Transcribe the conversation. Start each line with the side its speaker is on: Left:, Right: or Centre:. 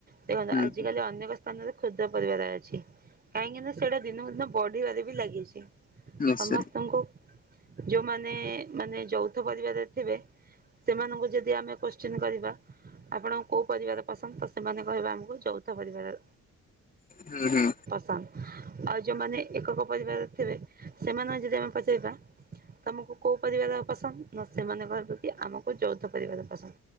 Right: ଦେଖନ୍ତୁ
Left: ହୁଁ
Right: ଆଜିିକାଲି ଅନେକ ସ୍ଥାନରେ କ୍ଷୁଦ୍ର ପରିବାର ଅଛି। କାହିଁକି ନା ସେଇଟା ଦିନକୁ ଦିନ ବଢିବାରେ ବି ଲାଗିଛି।
Left: ନିଶ୍ଚୟ
Right: ସମସ୍ତଙ୍କୁ ଯୋଉମାନେ ମାନେ ଯୌଥ ପରିବାରରେ ଥିବେ। ସେମାନଙ୍କୁ ଯଦି ଆମେ କୋଶ୍ଚନ କରିବା ଆପଣଙ୍କୁ କୋଉ ପରିବାର ପସନ୍ଦ? ତ ସେମାନେ କହିବେ ଆମକୁ ଯୌ ଥ ପରିବାର।
Left: ହୁଁ, ହୁଁ।
Right: ପସନ୍ଦ ଆଉ ଯୋଉମାନେ ଏକକ ପରିବାରରେ ଥିବେ ସେମାନଙ୍କୁ ଯଦି ଆମେ ପଚାରିବା। ତୋମକୁ କୋଉ ପରିବାର ପସନ୍ଦ? ନା ସେମାନେ କହିବେ କି ଆମକୁ ଯୌଥ ପରିବାର ପସନ୍ଦ।